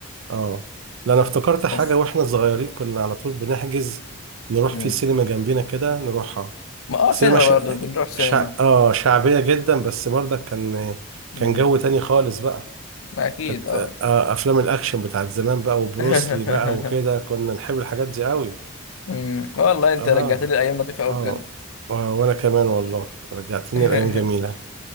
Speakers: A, on the right (about 65°); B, on the left (about 70°).
A: اه لا انا افتكرت
B: بس
A: حاجة واحنا صغيرين كنا على طول بنحجز نروح
B: مم.
A: في سينما جنبينا كده نروحها
B: ما اه
A: سينما
B: سينما
A: شع...
B: برضه بنروح سينما
A: شع... اه شعبية جدا بس برضك كان
B: امم
A: كان جو تاني خالص بقى
B: ما اكيد
A: كانت
B: اه
A: آه آه، افلام الاكشن بتاعت زمان بقى وبروسلي
B: <laughs>
A: بقى وكده كنا نحب الحاجات دي قوي
B: أمم، والله انت
A: اه
B: رجعت لي ايام لطيفه قوي
A: اه
B: بجد
A: آه، وانا كمان والله رجعتني
B: <laughs>
A: لايام جميله